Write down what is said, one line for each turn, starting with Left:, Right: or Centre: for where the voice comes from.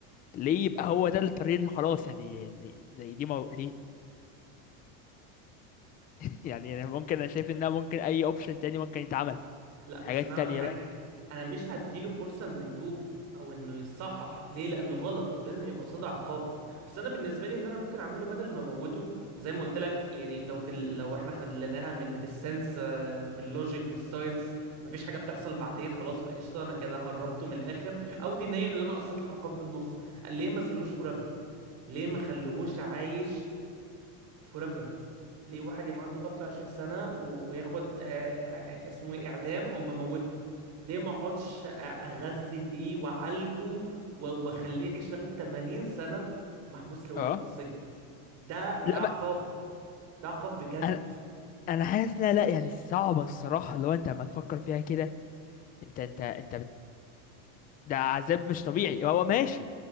Left: ليه يبقى هو ده الطريق اللي خلاص يعني يعني زي دي مو... ليه <laughs> يعني انا ممكن انا شايف انها ممكن اي اوبشن تاني ممكن يتعمل
Right: لا
Left: حاجات
Right: بس انا هقول
Left: تانية
Right: حاجه
Left: بقى
Right: انا مش هديله فرصه انه يتوب او انه يصحح ليه لانه غلط ولازم يبقى قصاده عقاب بس انا بالنسبه لي اللي انا ممكن اعمله بدل ما اموته وزي ما قلت لك يعني لو في ال- لو احنا خدناها من بالسنس آه، وباللوجيك والساينس مفيش حاجه بتحصل بعدين خلاص فقشطه انا كده هربته من الاخر او دينيا اللي انا قصيت له العقاب بالنص ليه ما سجنوش فور ايفر ليه ما خلوهوش عايش فوريفر ليه واحد يبقى عنده 25 سنة و- وياخد آه، آه، آه، اسمه ايه اعدام او مموته ليه ما اقعدش أ- اغذي فيه وعالجه و- واخليه يعيش لغاية 80 سنة محبوس لوحده
Left: اه
Right: في السجن ده ده
Left: لا
Right: عقاب
Left: ما
Right: ده عقاب بجد
Left: انا انا حاسس لا لا يعني صعبه الصراحه لو انت لما تفكر فيها كده انت انت انت بت ده عذاب مش طبيعي هو ماشي